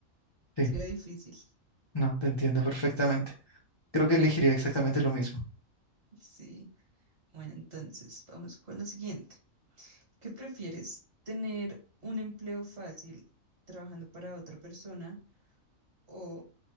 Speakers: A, on the left; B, on the right.
A: Sí,
B: sería difícil.
A: no, te entiendo perfectamente. Creo que elegiría exactamente lo mismo.
B: Sí. Bueno, entonces, vamos con lo siguiente. ¿Qué prefieres? ¿Tener un empleo fácil trabajando para otra persona o